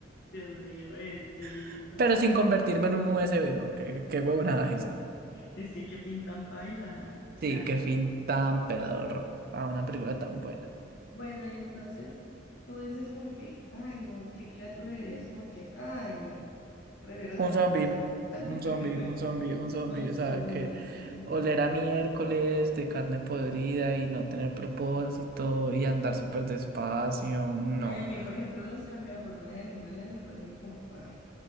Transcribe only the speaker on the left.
Dios mío, bendito,
es que qué pintan paila, o
sea,
bueno, y entonces tú dices como que, ay no, qué criatura dirías como que, ay no, prefiero
ser
humano. <laughs>
Son,
muy buenos,
sí.
Ay, a mí, por ejemplo, los cambia forma de animales me parecen como... ah.